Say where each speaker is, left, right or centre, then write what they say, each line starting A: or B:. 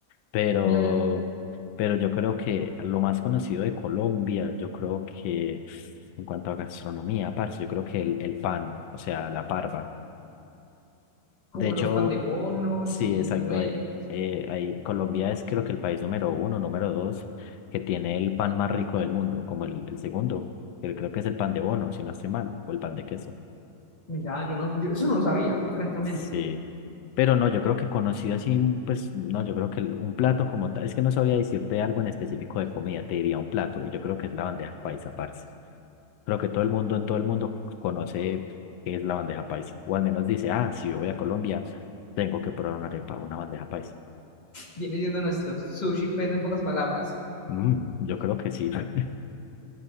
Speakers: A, on the left (about 85°); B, on the left (about 25°).
A: Pero,
B: Y hay
A: pero yo creo que lo más conocido de Colombia, yo creo que en cuanto a gastronomía, parce, yo creo que el, el pan, o sea, la parva.
B: como
A: De hecho,
B: los pandebonos
A: sí,
B: y
A: exacto.
B: buñuelos.
A: Hay, eh, hay- Colombia es creo que el país número uno, número dos, que tiene el pan más rico del mundo, como el, el segundo, que creo que es el pan de bono, si no estoy mal, o el pan de queso.
B: Mira, yo no, yo eso no lo sabía, francamente.
A: Sí, pero no, yo creo que conocido así, mm, pues no, yo creo que el- un plato como tal, es que no sabría decirte algo en específico de comida, te diría un plato, y yo creo que es la bandeja paisa, parce. Creo que todo el mundo en todo el mundo conoce qué es la bandeja paisa, o al menos dice, ah, si yo voy a Colombia, tengo que probar una arepa, una bandeja paisa.
B: Viene siendo nuestros sushi pues en pocas palabras.
A: Mm, yo creo que sí. <laughs>